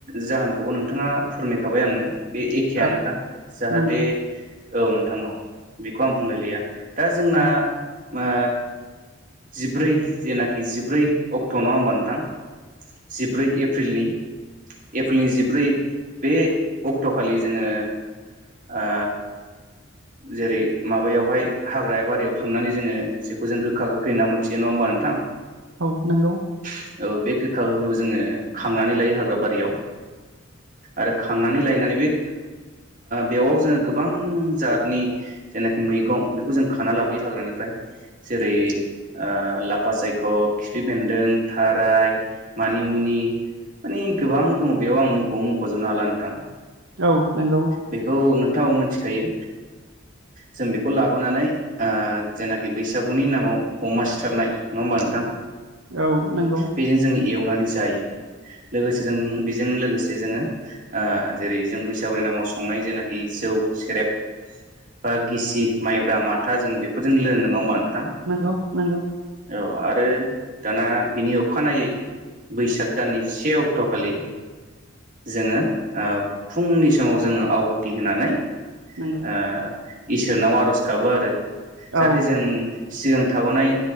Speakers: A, on the right (about 40°); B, on the right (about 65°).
A: जाहोनखौबो नोंथाङा फोरमायखाबाय आंनो बे एखेयानोखा
B: औ
A: जाहाथे
B: नंगौ
A: औ नोंथां औ बेखौ आं बुंलायलिया दा जोंना
B: औ
A: आ जिब्रै जेनाखि जिब्रै अक्ट' नङ होमबा नोंथां जिब्रै एप्रिलनि एप्रिलनि जिब्रै बे अक्ट'खालि जोङो आ जेरै माबायावहाय हाग्रााया बारियाव थांनानै जोङो जेखौ जों गोखा गोखै होनना मोनथियो नङा बा नोंथां
B: औ नोंगौ
A: औ बे गोखा गोखैखौबो जोङो खानानै लायो हाग्रा बारियाव आरो खांनानै लायनानै बे बेवयाव जोङो गोबां जातनि जायनाखि मैगं बेखौ जों खाना लाबोयो हाग्रानिफ्राय जेरै ओ लाफा सायख' खिफि बेन्दों थाराय मानि मुनि मानिे गोबां दङ बेयाव आं मुंखौ मुंख'जोबनो हाला नोंथां
B: औ नंगौ
A: बेखौ नोंथाङाव मिथिखायो जों बेखौ लाबोनानै ओ जेनाखि बैसागुनि नामाव अमा सिथारनाय नङा होमबा नोंथां
B: औ नंगौ
A: बेजों जों एवनानै जायो लोगोसे जों बेजों लोगोसे जोङो ओ जेरै जों बैस सागुनि नामाव संनाय जेनाखि जौ सेरेब बा गिसि माइब्रा माथा जों बेफोरजों लोङो ना होमबा नोंथां
B: नंगौ नंगौ
A: औ आरो दाना बिनि अखानायै बैसाग दाननि से अक्ट' खालि जोङो ओ फुंनि स समाव जोङो आवहुथि होनानै ओ
B: नंगौ
A: इसोरनाव आर'ज गाबो आरो जाहाथे
B: औ
A: जों सिगां थाबोनाय